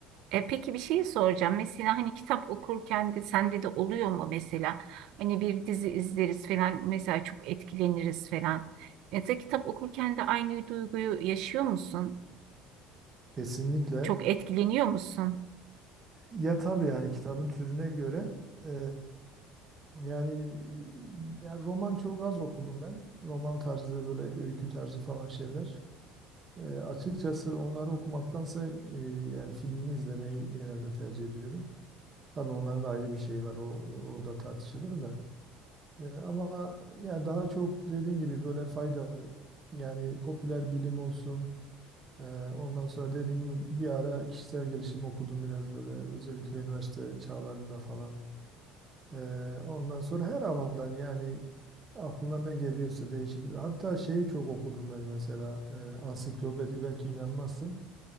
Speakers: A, on the right; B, on the right.
A: E, peki bir şey soracağım. Mesela hani kitap okurken de sende de oluyor mu mesela? Hani bir dizi izleriz falan mesela çok etkileniriz falan. Mesela kitap okurken de aynı duyguyu yaşıyor musun?
B: Kesinlikle
A: Çok etkileniyor musun?
B: ya tabii yani kitabın türüne göre eee, yani, e, yani roman çok az okudum ben. Roman tarzı böyle öykü tarzı falan şeyler. Eee, açıkçası onları okumaktansa eee, yani filmini izlemeyi genelde tercih ediyorum. Tabii onların da ayrı bir şeyi var. O orada tartışılır da. E, ama yani daha çok dediğin gibi böyle faydalı yani popüler bilim olsun. E, ondan sonra dediğin gibi bir ara kişisel gelişim okudum biraz böyle özellikle üniversite çağlarında falan. E, ondan sonra her alandan yani aklına ne geliyorsa değişik. Hatta şeyi çok okudum ben mesela e, ansiklopedi belki inanmazsın.